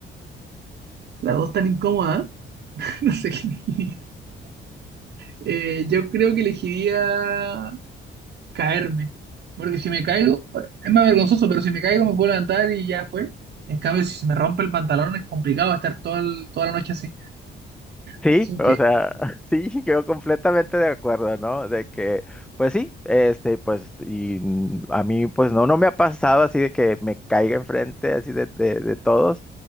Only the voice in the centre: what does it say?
Sí,
o
sea, <laughs> sí, yo completamente de acuerdo, ¿no? De que, pues sí, este, pues, y mm, a mí, pues no, no me ha pasado así de que me caiga enfrente así de, de, de todos,